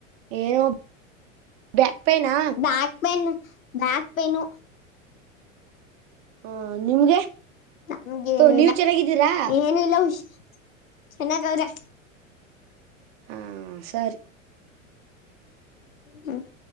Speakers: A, on the right (about 50°); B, on the left (about 85°).
A: ಏನೋ ಬ್ಯಾಕ್ ಪೈನಾ
B: ಬ್ಯಾಕ್ ಪೈನ್. Back pain.
A: ಹ ನಿಮ್ಗೆ
B: ನಮ್ಗೆನು
A: ನೀವ್
B: ಇಲ್ಲ
A: ಚೆನ್ನಾಗಿದ್ದೀರಾ
B: ಏನು ಇಲ್ಲ ಉಶ್. ಚೆನ್ನಾಗವ್ರೆ.
A: ಹಾ ಸರ್.
B: ಹ್ಮ.